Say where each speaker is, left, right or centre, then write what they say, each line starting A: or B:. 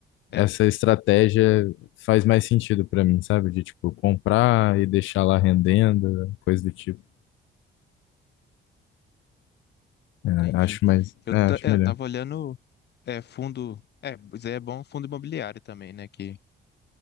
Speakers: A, on the left; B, on the left.
A: é,
B: essa estratégia faz mais sentido para mim, sabe? De tipo comprar e deixar lá rendendo, coisa do tipo. É,
A: entendi.
B: acho mais,
A: Eu,
B: é,
A: ta-
B: acho
A: é,
B: melhor.
A: eu tava olhando é, fundo. É, mas aí é bom fundo imobiliário também, né? Que